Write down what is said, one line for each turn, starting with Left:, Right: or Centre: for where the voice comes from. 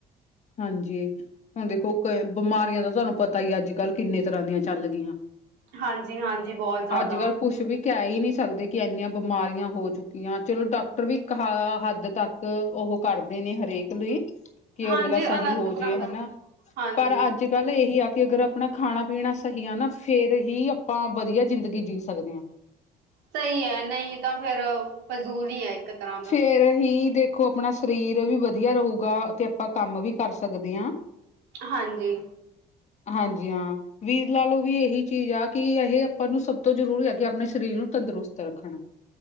Left: ਹਾਂਜੀ। ਹੁਣ ਦੇਖੋ ਕੋਈ ਬਿਮਾਰੀਆਂ ਦਾ ਤੁਹਾਨੂੰ ਪਤਾ ਹੀ ਅੱਜ-ਕੱਲ੍ਹ ਕਿੰਨੇ ਤਰ੍ਹਾਂ ਦੀਆਂ ਚੱਲ ਗਈਆਂ।
Right: ਹਾਂਜੀ-ਹਾਂਜੀ, ਬੋਤ ਜਾਦਾ।
Left: ਅੱਜ ਕੱਲ੍ਹ ਕੁਛ ਵੀ ਕਹਿ ਹੀ ਨੀ ਸਕਦੇ ਕਿ ਏਨੀਆਂ ਬਿਮਾਰੀਆਂ ਹੋ ਚੁੱਕੀਆਂ ਚਲੋ ਡਾਕਟਰ ਵੀ ਇੱਕ ਹੱਦ ਤੱਕ ਉਹ ਕਰਦੇ ਨੇ ਹਰੇਕ ਲਈ ਕਿ
Right: ਹਾਂਜੀ
Left: ਅਗਲਾ ਸਹੀ
Right: ਅਲੱਗ
Left: ਹੋ
Right: ਤਰ੍ਹਾਂ
Left: ਜੇ
Right: ਦਾ
Left: ਹਨਾ,
Right: ਹਾਂਜੀ
Left: ਪਰ ਅੱਜ ਅੱਜ-ਕੱਲ ਇਹੀ ਆ ਕਿ ਅਗਰ ਆਪਣਾ ਖਾਣਾ ਪੀਣਾ ਸਹੀ ਆ ਨਾ, ਫਿਰ ਹੀ ਆਪਾਂ ਵਧੀਆ ਜ਼ਿੰਦਗੀ ਜੀ ਸਕਦੇ ਆਂ।
Right: ਸਈ ਐ, ਨਈ ਤਾਂ ਫੇਰ ਫਜ਼ੂਲ ਹੀ ਐ ਇੱਕ ਤਰ੍ਹਾਂ ਦਾ।
Left: <unintelligible> ਦੇਖ ਦੇਖੋ ਅਪਨਾ ਸਰੀਰ ਵੀ ਵਧੀਆ ਰਹੂਗਾ ਤੇ ਆਪਾਂ ਕੰਮ ਵੀ ਕਰ ਸਕਦੇ ਆਂ।
Right: ਹਾਂਜੀ।
Left: ਹਾਂਜੀ ਹਾਂ। ਵੀਰ ਲਾ ਲੋ ਵੀ ਏਹੀ ਚੀਜ਼ ਆ ਕਿ ਇਹ ਆਪਾਂ ਨੂੰ ਸਭ ਤੋਂ ਜ਼ਰੂਰੀ ਅੱਗੇ ਅਪਨੇ ਸਰੀਰ ਨੂੰ ਤੰਦਰੁਸਤ ਰੱਖਣਾ।